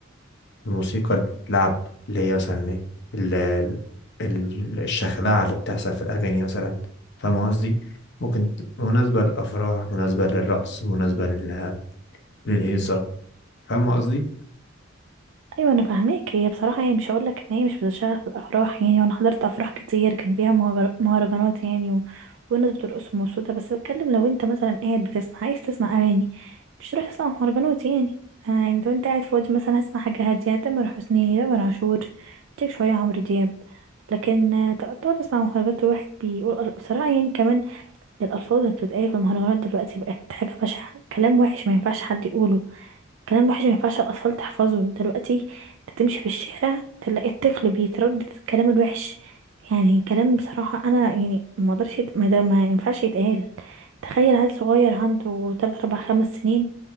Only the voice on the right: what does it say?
ايوه انا فاهماك هي بصراحه يعني مش هقول لك ان هي مش بتشتغل في الافراح يعني وانا حضرت افراح كتير كان فيها مهرج- مهرجانات يعني و... والناس بترقص ومبسوطه بس بتكلم لو انت مثلا قاعد بتسمع عايز تسمع اغاني مش تروح تسمع مهرجانات يعني آه، يعني لو انت قاعد فاضي مثلا هسمع حاجه هاديه تامر حسني تامر عاشور تيك شويه عمرو دياب لكن آه، تق- تقعد تسمع مهرجانات الواحد بيقول بصراحه يعني كمان الالفاظ اللي بتتقال في المهرجانات دلوقتي بقت حاجه بشعه كلام وحش ما ينفعش حد يقوله كلام وحش ما ينفعش الأطفال تحفظه دلوقتي انت تمشي في الشارع تلاقي الطفل بيتردد الكلام الوحش يعني كلام بصراحة أنا يعني ما اقدرش يت- ما, ده ما ينفعش يتقال تخيل عيل صغير عنده تلات أربع خمس سنين